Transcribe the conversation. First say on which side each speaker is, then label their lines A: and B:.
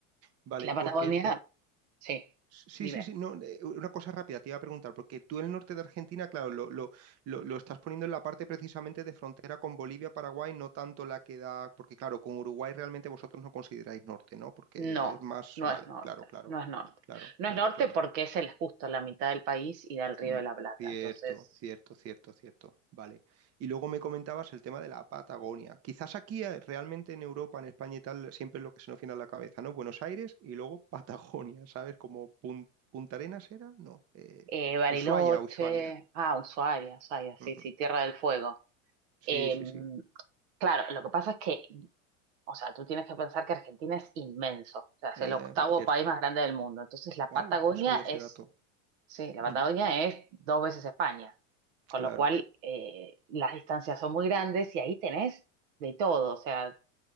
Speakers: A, on the right; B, on the right.
A: Vale,
B: Que La
A: porque...
B: Patagonia,
A: pe-
B: sí,
A: Sí,
B: dime.
A: sí, sí, no, eh, una cosa rápida, te iba a preguntar, porque tú el norte de Argentina, claro, lo, lo, lo, lo estás poniendo en la parte precisamente de frontera con Bolivia, Paraguay, no tanto la que da, porque claro, con Uruguay realmente vosotros no consideráis norte, ¿no? Porque
B: No,
A: es más,
B: no
A: vale,
B: es norte,
A: claro, claro,
B: no es norte.
A: claro,
B: No
A: claro,
B: es norte
A: claro.
B: porque es el, justo la mitad del país y da al Río
A: Mm,
B: de la Plata.
A: Cierto,
B: Entonces,
A: cierto, cierto, cierto. Vale. Y luego me comentabas el tema de la Patagonia. Quizás aquí eh, realmente en Europa, en España y tal, siempre es lo que se nos viene a la cabeza, ¿no? Buenos Aires y luego <laughs> Patagonia, ¿sabes? Como Pun- Punta Arenas era, no. eh,
B: eh, Bariloche,
A: Ushuaia, Ushuaia.
B: ah, Ushuaia, Ushuaia,
A: Ujú.
B: sí, sí, Tierra del Fuego.
A: Sí,
B: Eh,
A: sí, sí.
B: claro, lo que pasa es que, o sea, tú tienes que pensar que Argentina es inmenso, o sea, es
A: Eh,
B: el octavo
A: cierto.
B: país más grande del mundo. Entonces, la
A: Wow,
B: Patagonia
A: no sabía
B: es,
A: ese dato.
B: sí, la Patagonia
A: Ujú,
B: es dos veces España, con
A: Claro.
B: lo cual eh, las distancias son muy grandes y ahí tenés de todo, o sea